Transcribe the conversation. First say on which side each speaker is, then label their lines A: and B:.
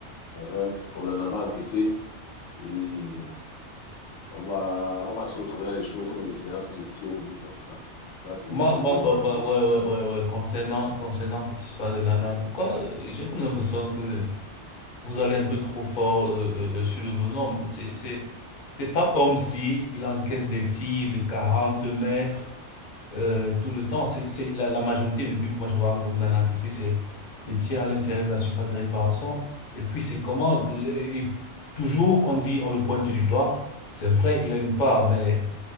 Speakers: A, on the left; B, on the left.
A: Hein. On en a pas encaissé. Et on va, on va se retrouver à des choses comme des séances de tir au but, en tout cas. Ça, c'est
B: Moi,
A: des choses
B: moi,
A: qui vont
B: moi,
A: arriver.
B: moi, ouais, ouais, ouais, ouais. Concernant, concernant cette histoire de Nana, pourquoi euh, j'ai comme l'impression que vous allez un peu trop fort euh, euh, euh, sur le bonhomme. C'est, c'est, c'est pas comme si il encaisse des tirs de 40 mètres euh, tout le temps. C'est, c'est la, la majorité des buts que moi je vois en- on en a encaissé, c'est des tirs à l'intérieur de la surface de réparation. Et puis c'est comment le- et toujours on dit on le pointe du doigt. C'est vrai, il a une part, mais